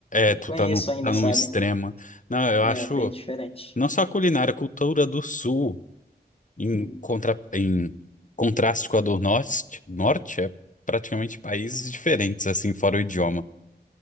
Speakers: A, on the left; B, on the left.
A: é, tu
B: conheço
A: tá num,
B: ainda,
A: tá num
B: sabe?
A: extremo. Não, eu acho.
B: É bem diferente.
A: Não só a culinária, a cultura do sul. Em,
B: Hum,
A: contra, em contraste com a do norte, norte, é praticamente países diferentes, assim, fora o idioma.